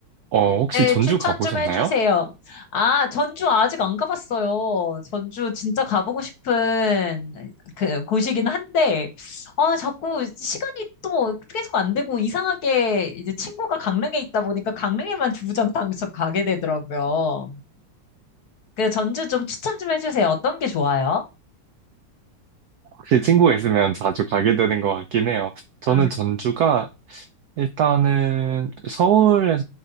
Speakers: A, on the right (about 75°); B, on the left (about 55°).
A: 어, 혹시
B: 네,
A: 전주
B: 추천
A: 가보셨나요?
B: 좀 해주세요. 아, 전주 아직 안 가봤어요. 전주 진짜 가보고 싶은 그 곳이긴 한데, 아, 자꾸 시간이 또 계속 안 되고 이상하게 이제 친구가 강릉에 있다 보니까 강릉에만 주구장창 가게 되더라고요. 그 전주 좀 추천 좀 해주세요. 어떤 게 좋아요?
A: 혹시 친구가 있으면 자주 가게 되는 것 같긴 해요. 저는
B: 음,
A: 전주가 일단은 서울에